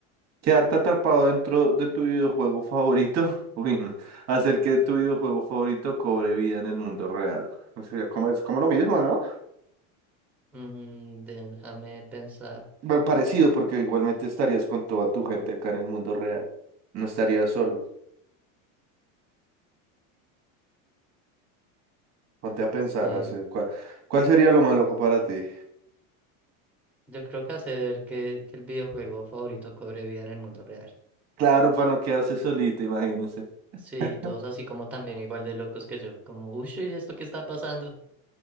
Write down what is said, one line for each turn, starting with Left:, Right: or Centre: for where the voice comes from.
Right: Quedarte atrapado dentro de tu videojuego favorito, <laughs> uy, no. Hacer que tu videojuego favorito cobre vida en el mundo real. O sea, como es como lo mismo, ¿no?
Centre: Mm, déjame pensar.
Right: Bueno, parecido, porque igualmente estarías con toda tu gente acá en el mundo real. No estarías solo. Ponte a pensar,
Centre: Sí,
Right: hacer cuál, cuál sería lo más loco para ti.
Centre: yo creo que hacer que, que el videojuego favorito cobre vida en el mundo real.
Right: Claro, para no quedarse solito, imagínese. <laughs>
Centre: Sí, todos así como también igual de locos que yo. Como, uy, ¿esto qué está pasando?